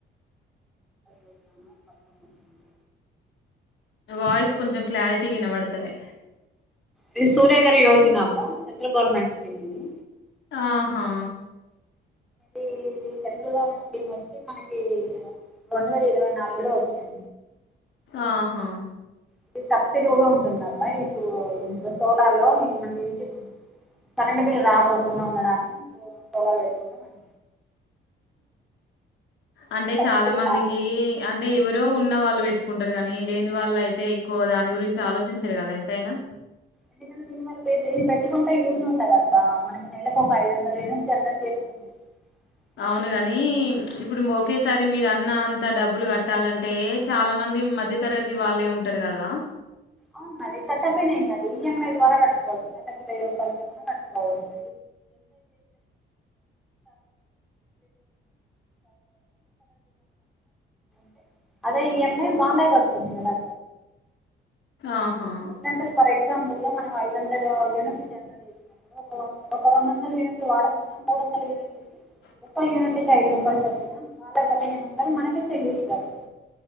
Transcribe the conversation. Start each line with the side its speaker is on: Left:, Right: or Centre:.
Centre: యోజన అని పథకం వచ్చింది
Left: వాయిస్
Centre: ఇది
Left: కొంచెం క్లారిటీ వినబడతలే
Centre: ఇది సూర్య గారి రోజన అబ్బా సెంట్రల్ గవర్నమెంట్ స్కీమ్ ఇది
Left: ఆహా
Centre: ఇది ఇది సెంట్రల్ గవర్నమెంట్ స్కీమ్ వచ్చి మనకి రెండు వేల ఇరవై నాలుగు లో వచ్చింది
Left: ఆహా
Centre: ఇది సబ్సిడీ కూడా ఉంటుంది అబ్బా ఈ ఇందులో సోలార్లో మమ ఏంటి కరెంట్ బిల్ రాకోకుండ ఉండడానికి సోలార్ పెట్టుకుంటే మంచి
Left: అంటే
Centre: కరెంట్
Left: చాలా
Centre: బిల్
Left: మందికి
Centre: రాదు
Left: అం అంటే ఎవరో ఉన్న వాళ్ళు పెట్టుకుంటారు కానీ లేని వాళ్ళు అయితే ఎక్కువ దాని గురించి ఆలోచించరు కదా ఎంతైనా
Centre: ఎందుకంటే దీని మల్ల ఇది పెట్టుకుంటే యూజ ఉంటా కదా మనకి నేలక ఒక ఐదు వందల ఏడు జనరేట్ చేస్తుంది జనరేట్
Left: అవునుగాని
Centre: చేసినంక
Left: ఇప్పుడు <unintelligible> సరే మీరు అన్న అంత డబ్బులు కట్టాలంటే చాల మంది మధ్య తరగతి వాళ్ళే ఉంటారు కదా
Centre: అవును మరి కట్టపోనా ఏం కాదు ఈఎంఐ ద్వారా కట్టుకోవచ్చు వెయ్యి రూపాయలు చెప్పా కట్టుకోవచ్చు <unintelligible> అదే ఇ ఎమ్ ఐ మా అమ్మే కడుతుంది కదా
Left: ఆహా
Centre: ఎట్లాంటే ఫర్ ఎగజాంపుల్ గా మన ఐదు వంద యూనిట్ తసినడు ఒక రెండు వంద యూనిట్ వాడకుండా మూడు వందల యూనిట్
Left: <inaudible>
Centre: ముప్పై యూనిట్ కి ఐదు రూపాయలు చొప్పున వాళ్ళ పదిహను అంటారు మనక చెల్లిస్తారు